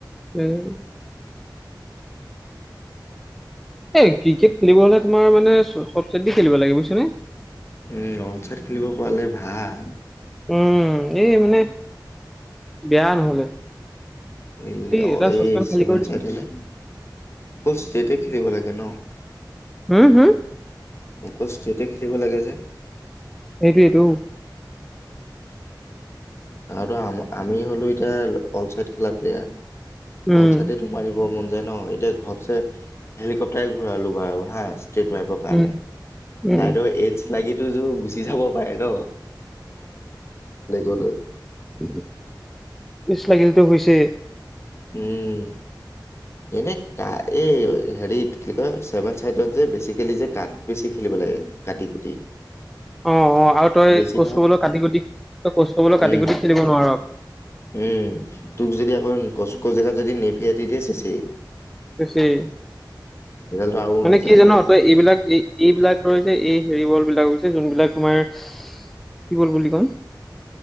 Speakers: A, in the centre; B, on the left.
A: এই। এই ক্ৰিকেট খেলিব হলে তোমাৰ মানে চ চেট দি খেলিব লাগে বুজইছ নে।
B: উম ৰং চাইট খেলিব পালে ভাল।
A: উম এই মানে বেয়া নহ'লে।
B: এই লে
A: এটা চচপেন
B: এই
A: খালী
B: চভেন
A: কৰি দিছো
B: চাইড হ'লে, অকল ষ্টেট খেলিব লাগে ন।
A: উম হুম।
B: অকল ষ্টেটে খেলিব লাগে যে।
A: এইটোইটো।
B: আৰু আম আমি হ'লোঁ এতিয়া অল চাইড খেলা প্লেয়াৰ
A: উম
B: অল চাইডেতো মাৰিব মন যায় ন এতিয়া ঘপচ হেলিকপটাৰে ঘূৰালো বু হা ষ্টেট মাৰিব কাৰণে
A: উম উম
B: চাইদেউ এইডছ লাগিতু যো গুচি যাব পাৰে ন। <unintelligible>
A: <unintelligible> লাগিলটো হৈছে।
B: উম এনে ক এই হেৰিত কি কয় চছেভেন চাইডত যে বেচিকেলি যে কাঠ বেছি খেলিব লাগে কাটি কুটি।
A: অৱ অৱ আৰু তই
B: বেছিভাগ
A: কোচ কবলৈ কাটি কুটি তই কোচ কবলৈ কাটি
B: উম
A: কুটি খেলিব নোৱাৰঅ।
B: উম তোক যদি আকৌ কচক জেগাত যদি নেফিয়া দি দিয়ে ছেচেই।
A: চচেই,
B: ৰিজাল্টটো আৰু
A: মানে
B: নাযায়
A: কি জান তই এইবিলাক এই এইবিলাক হৈছে এই হেৰিবলবিলাক হৈছে যোনবিলাক তোমাৰ কি ব'ল বুলি কম!